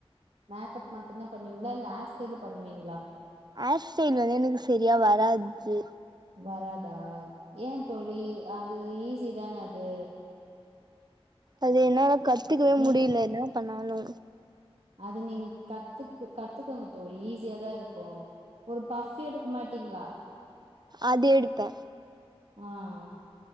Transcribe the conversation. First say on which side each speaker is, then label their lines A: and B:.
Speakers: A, on the right; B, on the right.
A: மேக்கப் மட்டுந்தா பண்வீங்ளா இல்ல ஹேர் ஸ்டைலு பண்வீங்ளா
B: ஆஸ்டைல் வந்து எனுக்கு சரியா வராத்து
A: வராதா ஏ தோழி அ து ஈஸி தான அது
B: அது என்னல கஷ் த்துகே
A: நீங்
B: முடிய்ல இனா பண்ணாலு
A: து நீங் கத்துக்கு கத்துக்கோங்க தோழி ஈஸியாதா இருக்கு ஒரு பஃப் எடுக்கு மாட்டீங்ளா
B: அது எடுப்பே
A: அ அ